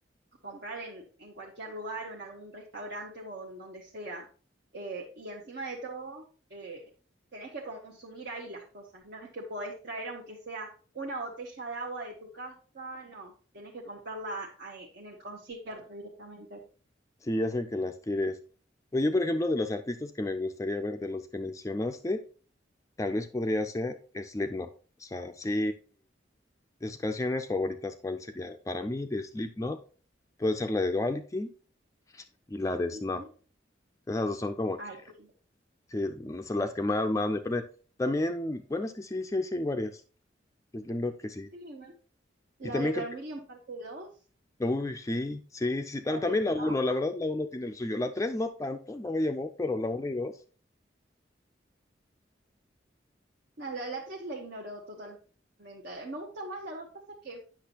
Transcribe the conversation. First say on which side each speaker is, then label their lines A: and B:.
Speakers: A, on the right; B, on the left.
A: comprar en, en cualquier lugar o en algún restaurante o en donde sea. Eh, y encima de todo, eh, tenés que consumir ahí las cosas, no es que podés traer aunque sea una botella de agua de tu casa, no, tenés que comprarla eh, en el concierto directamente.
B: Sí, hacen que las tires. Pero yo, por ejemplo, de los artistas que me gustaría ver, de los que mencionaste, tal vez podría ser Slipknot. O sea, sí, de sus canciones favoritas, ¿cuál sería? Para mí, de Slipknot, puede ser la de Duality y la de Snuff.
A: Sí,
B: Esas dos son como
A: ay,
B: que
A: sí.
B: Sí, no son las que más, más me prenden. También, bueno, es que sí, sí, sí hay varias. Es lindo que sí.
A: Sí, me- la
B: Y también
A: de Vermilion
B: creo
A: parte dos
B: que, uy, sí, sí, sí. tam-
A: la
B: También
A: de
B: la
A: Smash,
B: uno la verdad, la uno tiene lo suyo. La 3 no tanto, no me llamó, pero la uno y dos
A: no, la, la 3 la ignoro totalmente. Me gusta más la dos pasa que